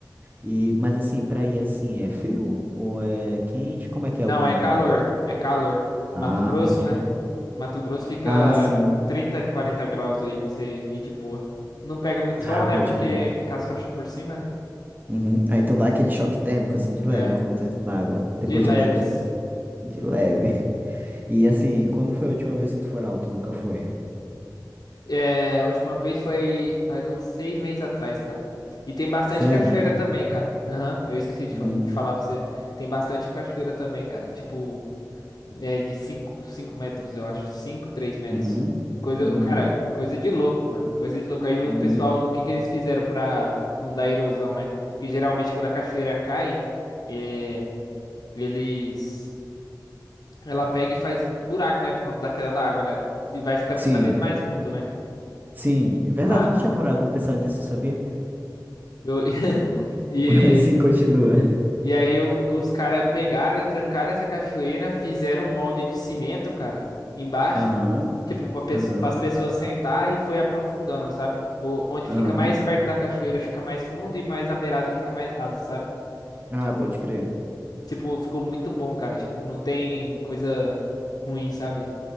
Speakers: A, on the right; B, on the left.
A: E, mas assim, pra ir assim, é frio ou é quente? Como é que
B: Não,
A: é o clima
B: é calor,
A: aí?
B: é calor. Mato
A: Ah,
B: Grosso,
A: pode
B: né?
A: crer.
B: Mato Grosso fica
A: Ah, sim.
B: 30, 40 graus aí pra você ir de boa. Não pega muito sol,
A: Ah,
B: né?
A: pode
B: Porque
A: crer.
B: fica as rochas por cima, né?
A: Uhum. Ah, então dá aquele choque térmico assim de
B: É,
A: leve quando tá entrando na água,
B: de
A: depois
B: leves.
A: de andar de, de leve. <laughs> E assim, quando foi a última vez que tu foi lá ou tu nunca foi?
B: É, a última vez foi faz uns seis meses atrás, cara. E tem bastante
A: Sério?
B: cachoeira também, cara. Aham, eu esqueci de
A: Uhum.
B: fal- de falar pra você. Tem bastante cachoeira também, cara. Tipo, É de cinco 5 metros, eu acho. cinco três metros.
A: Uhum.
B: Coisa,
A: Uhum.
B: cara, coisa de louco, mano. Coisa de louco. Aí o
A: Uhum.
B: pessoal, o que que eles fizeram pra não dar erosão, né? Porque geralmente quando a cachoeira cai, é, eles. Ela pega e faz buraco, né? Por conta da queda da água, né? E vai ficando
A: Sim.
B: cada vez mais fundo, né?
A: Sim. É verdade,
B: Ah,
A: eu não tinha parado pra pensar nisso, sabia?
B: eu. <laughs>
A: Ma-
B: E.
A: <laughs> Mas sim, continua.
B: E aí o- os caras pegaram e trancaram essa cachoeira, fizeram um molde de cimento, cara, embaixo,
A: Aham.
B: tipo, para
A: Aham.
B: as pessoas sentar e foi aprofundando, sabe? O, onde
A: Aham.
B: fica mais perto da cachoeira fica mais fundo e mais na beirada fica mais raso, sabe?
A: Ah,
B: Tipo,
A: pode crer.
B: tipo, ficou muito bom, cara. Tipo, não tem coisa ruim, sabe?